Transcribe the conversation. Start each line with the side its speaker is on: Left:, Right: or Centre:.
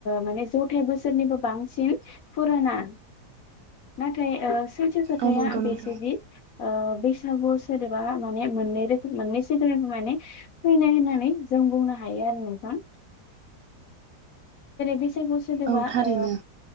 Left: म जथाय बोसोर। निबो बांसिन फुराना नाथाय ओ सोथो खोथाया
Right: औ नंगौ
Left: बेसे
Right: नोंथां
Left: दि ओ बैसागु सोरदबा माने मोननै रो मोननै सोद माने फैनाय होननानै जों बुंनो हायो। हायो आरो नोंथां। बैसागु सोदोबा
Right: औ थारैनो
Left: ओ